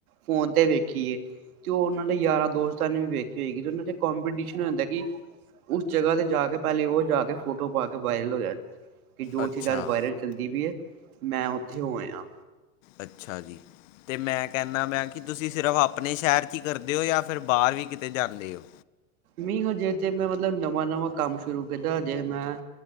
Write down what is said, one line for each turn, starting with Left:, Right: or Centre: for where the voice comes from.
Right: ਫੋਨ ਤੇ ਵੇਖੀਏ। ਤੇ ਉਹ ਉਹਨਾਂ ਦੇ ਯਾਰਾਂ- ਦੋਸਤਾਂ ਨੇ ਵੀ ਵੇਖੀ ਹੋਏ ਉਹਨਾਂ ਕਂਪੀਟੀਸ਼ਨ ਹੁੰਦਾ ਕਿ ਉਸ ਜਗ੍ਹਾ ਤੇ ਜਾ ਕੇ ਪਹਿਲੇ ਉਹ ਜਾ ਕੇ ਫੋਟੋ ਪਾ ਕੇ ਵਾਇਰਲ ਹੋ ਜਾਂ ਕਿ ਜੋ
Left: ਅੱਛਾ
Right: ਚੀਜ਼ ਅੱਜ ਵਾਇਰਲ ਚੱਲਦੀ ਵੀ ਹੈ, ਮੈਂ ਉੱਥੇ ਹੋਏ ਹ
Left: ਅੱਛਾ ਜੀ। ਅਤੇ ਮੈਂ ਕਹਿੰਦਾ ਮੈਂ ਕਿ ਤੁਸੀਂ ਸਿਰਫ ਆਪਣੇ ਸ਼ਹਿਰ 'ਚ ਹੀ ਕਰਦੇ ਹੋ ਜਾਂ ਫਿਰ ਬਾਹਰ ਵੀ ਕਿਤੇ ਜਾਂਦੇ ਹੋ।
Right: ਮੀ ਹਜੇ ਤੇ ਮੈਂ ਮਤਲਬ ਨਵਾਂ -ਨਵਾਂ ਕੰਮ ਸ਼ੁਰੂ ਕੀਤਾ। ਹਜੇ ਮੈਂ